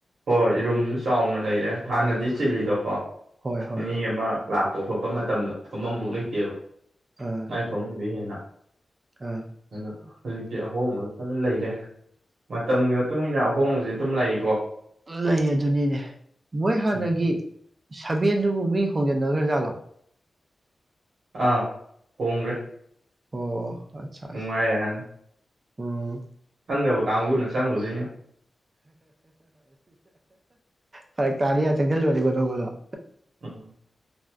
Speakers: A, on the right; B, on the right.
A: ꯍꯣꯏ ꯔꯨꯝꯁꯨ ꯆꯥꯎꯅ ꯂꯩꯔꯦ ꯍꯥꯟꯅꯗꯤ ꯆꯤꯜꯂꯤꯗꯣꯀꯣ
B: ꯍꯣꯏ ꯍꯣꯏ
A: ꯃꯤ ꯑꯃ ꯂꯥꯛ ꯄꯣꯛ ꯈꯣꯠꯄ ꯃꯇꯝꯗ ꯐꯃꯝꯐꯥꯎ ꯂꯩꯇꯦꯕ
B: ꯑꯥ
A: ꯃꯥꯏ ꯐꯥꯃꯨꯡꯗꯩ ꯍꯦꯟꯅ
B: ꯑꯥ
A: ꯑ ꯍꯧꯖꯤꯛꯇꯤ ꯑꯍꯣꯡꯕꯁꯨ ꯐꯖ ꯂꯩꯔꯦ ꯃꯇꯝꯒꯤ ꯃꯇꯨꯡ ꯏꯟꯅ ꯍꯣꯡꯕꯁꯦ ꯇꯨꯝ ꯂꯥꯛꯏꯀꯣ
B: ꯂꯩ ꯑꯗꯨꯅꯤꯅꯦ ꯃꯣꯏ ꯍꯥꯟꯅꯒꯤ
A: ꯎꯝ
B: ꯁꯕꯦꯟꯗꯨꯕꯨ ꯃꯤ ꯍꯣꯡꯖꯤꯟꯅ ꯈ꯭ꯔꯖꯥꯠꯂꯣ
A: ꯑꯥ ꯍꯣꯡ꯭ꯈꯔꯦ
B: ꯑꯣ ꯑꯠꯆꯥ
A: ꯅꯨꯡꯉꯥꯏ
B: ꯑꯠꯆꯥ
A: ꯍꯥꯏ
B: ꯎꯝ
A: ꯆꯪꯗꯕ ꯀꯥꯡꯕꯨꯅ ꯆꯪꯉꯨꯗꯣꯏꯅꯤ
B: ꯐꯔꯛ ꯇꯥꯅꯤ ꯆꯪꯁꯤꯜꯂꯨꯔꯅꯤ ꯒꫭꯗꫭꯡ ꯒꫭꯗꯣꯡ
A: ꯎꯝ